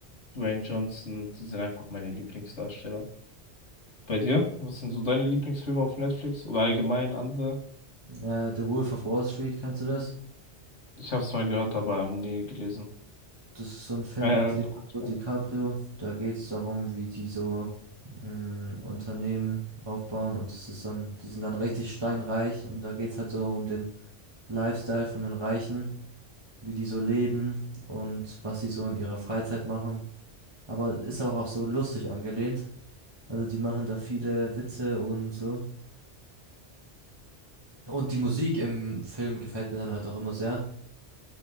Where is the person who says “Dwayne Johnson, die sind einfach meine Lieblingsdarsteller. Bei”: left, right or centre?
Left